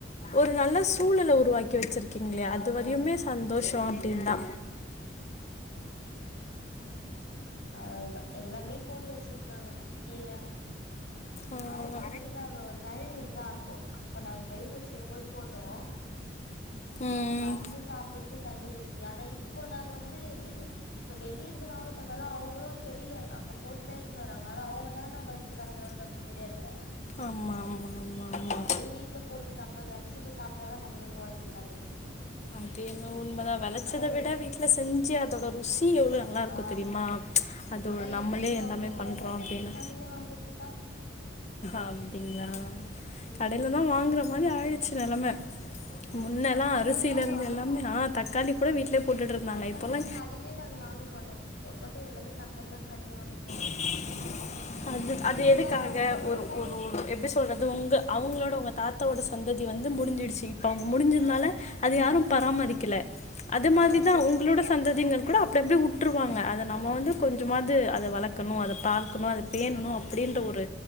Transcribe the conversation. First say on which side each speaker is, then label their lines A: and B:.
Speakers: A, on the left (about 40°); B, on the left (about 65°).
A: ஒரு நல்ல சூழநில உருவாக்கி வெச்சிருக்கீங்களே அது
B: ஆமா
A: வரையுமே
B: ஆமா
A: சந்தோஷோ அப்டீன் தா
B: அவ்ளதா எல்லாமே போட்டு வெச்சிருந்தாங்க கீர
A: ஆ
B: அரக்கீரலா அங்க ஒரு கழயில இருந்துதா அரப்போ அப்ப நாங்க பயிர் வெச்சிருக்கும் போது போட்டோ
A: ம்
B: அப்ப அற்த்து சாப்டறது தனி ருசி ஆனா இப்ப நாங்க வந்து எப்டி சொ இப்ப வெளிய இர்ந்து வாங்கற்தா இர்ந்தாலோ அவுங்களோ செடில அங்க போட்டுதா எத்துனு வராங்க ஆனா அவுங்க இன்னான்னா மருந்து கலக்குறாங்க நம்மு தெரியாதுல
A: ஆமா ஆமா ஆமா ஆமா
B: நம்பலே வீட்ல போட்டு நம்ம வெளச்சிது சாப்ட்டாதா நம்மளுக்கு ஒடம்புக்கு நல்லது
A: அது என்னவோ உண்மதா வெளச்சத
B: ஆனா
A: விட வீட்ல செஞ்சி அதோட ருசி எவ்ள நல்லாயிருக்கு
B: ஆ
A: தெரிமா அது
B: ஆனா
A: ஒரு நம்மளே
B: இப்போ
A: எல்லாமே
B: அப்டி இல்ல
A: பண்றோ
B: எல்லாமே
A: அப்டின்னு
B: கடைல வாங்கறதுதா
A: அப்டீங்களா
B: ம்
A: கடைல தா வாங்குற மாரி ஆயிடுச்சி நெலம முன்னெல்லா
B: தக்காளிலா
A: அரிசி கம்மிதா ஆ தக்காளி கூட வீட்ல போட்டுட்டு இருந்தாங்க
B: தக்காளில்லா
A: இப்பல்லா
B: கடையிலயே நாங்க வாங்க மாட்டோ இப்ப பாத்தா எல்லாமே தக்காளிலாம் கடைல வாங்குறது
A: <inaudible> அது அது எதுக்காக
B: தா நடுவுல நடுவுல
A: ஒரு
B: போ
A: ஒரு எப்டி சொல்றது ஒங்க அவுங்களோட தாத்தாவோட சந்ததி வந்து முடிஞ்சிடுச்சி இப்ப அவுங்க முடிஞ்சதுனால
B: ஆ
A: அது யாரு பராமரிக்கல அது
B: ஆமா
A: மாதிரிதா
B: அப்டி அப்டியே
A: உங்களுட
B: வுட்டாங்க
A: சந்ததிங்கள் கூட இருக்கர்து வுட்ருவாங்க அத நம்ம
B: அ
A: வந்து
B: அ
A: கொஞ்சமாவது அத வளக்கணும் அத பாக்கணும் அத வேணும்
B: அ அ
A: அப்டின்ற ஒரு